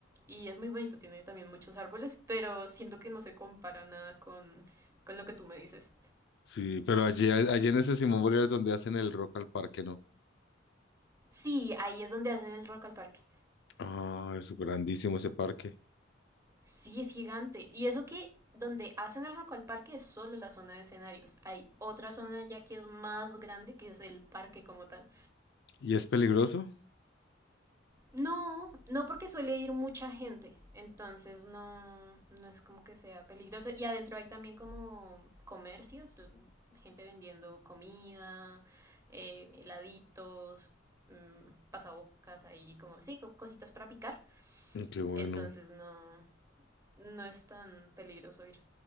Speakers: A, on the right; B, on the left.
A: y es muy bonito, tiene también muchos árboles, pero siento que no se compara nada con, con lo que tú me dices.
B: sí, pero allí, allí en ese Simón Bolívar es donde hacen el Rock al Parque, ¿no?
A: Sí, ahí es donde hacen el Rock al Parque.
B: Ah, es grandísimo ese parque.
A: Sí, es gigante. Y eso que donde hacen el Rock al Parque es solo la zona de escenarios. Hay otra zona ya que es más grande, que es el parque como tal.
B: ¿Y es peligroso?
A: No, no porque suele ir mucha gente, entonces no, no es como que sea peligroso. Y adentro hay también como comercios, l- gente vendiendo comida, eh, heladitos, mm, pasabocas ahí, como, sí, co- cositas para picar.
B: Mm, Qué bueno.
A: Entonces no, no es tan peligroso ir.